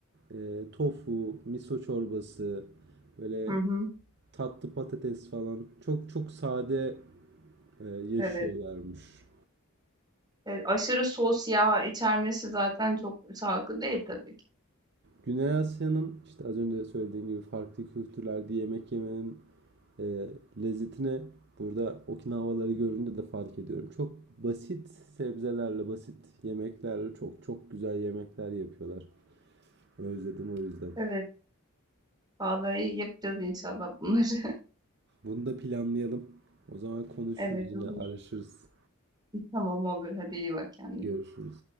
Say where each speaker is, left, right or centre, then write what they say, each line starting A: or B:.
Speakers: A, on the right; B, on the right.
A: e, tofu, miso çorbası, böyle
B: Hı hı.
A: tatlı patates falan çok çok sade e, yaşıyorlarmış.
B: Evet. Evet, aşırı sos, yağ içermesi zaten çok sağlıklı değil tabii ki.
A: Güney Asya'nın işte az önce söylediğim gibi farklı kültürlerde yemek yemenin e, lezzetini burada Okinavaları görünce de fark ediyorum. Çok basit sebzelerle, basit yemeklerle çok çok güzel yemekler yapıyorlar. Özledim o yüzden.
B: Evet, vallahi yapacağız inşallah bunları. <laughs>
A: Bunu da planlayalım. O zaman konuşuruz
B: Evet,
A: yine,
B: olur.
A: araşırız,
B: Tamam, olur. Hadi iyi bak kendine.
A: görüşürüz.